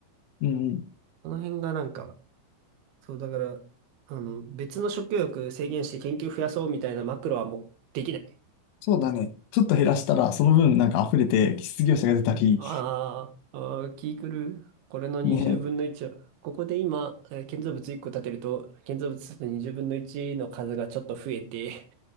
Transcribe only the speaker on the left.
うん、
そうだね。ちょっと減らしたら、その分なんか溢れて、失業者が出たり、
ね、